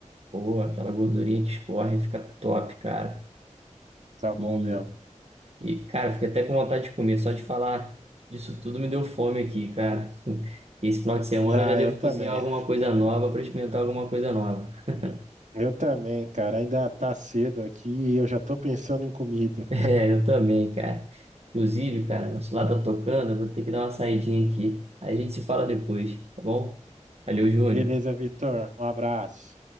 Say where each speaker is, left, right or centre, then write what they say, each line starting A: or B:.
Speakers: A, on the right; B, on the right.
A: Pô, aquela gordurinha que escorre, fica top, cara.
B: Tá bom
A: E
B: mesmo.
A: E, cara, fiquei até com vontade de comer. Só de falar disso tudo me deu fome aqui, cara. <laughs> Esse final de semana
B: Ah,
A: eu já devo
B: eu também.
A: cozinhar alguma coisa nova para experimentar alguma coisa nova. <laughs>
B: Eu também, cara. Ainda tá cedo aqui e eu já tô pensando em comida.
A: É, eu também, cara. Inclusive, cara, nosso celular tá tocando, eu vou ter que dar uma saidinha aqui. Aí A gente se fala depois, tá bom? Valeu, Júnior.
B: Beleza, Vitor. Um abraço.